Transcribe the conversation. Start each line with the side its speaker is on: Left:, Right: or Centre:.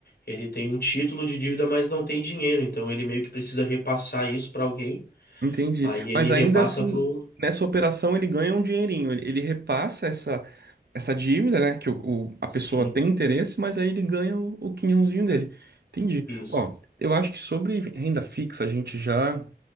Left: ele tem um título de dívida, mas não tem dinheiro. Então ele meio que precisa repassar isso para alguém.
Right: Entendi.
Left: Aí ele
Right: Mas
Left: repassa
Right: ainda assim,
Left: pro.
Right: nessa operação ele ganha um dinheirinho. Ele, ele repassa essa, essa dívida, né? Que o, o- a
Left: Sim,
Right: pessoa tem interesse, mas aí ele ganha o, o quinhãozinho dele. Entendi.
Left: isso.
Right: Ó, eu acho que sobre renda fixa a gente já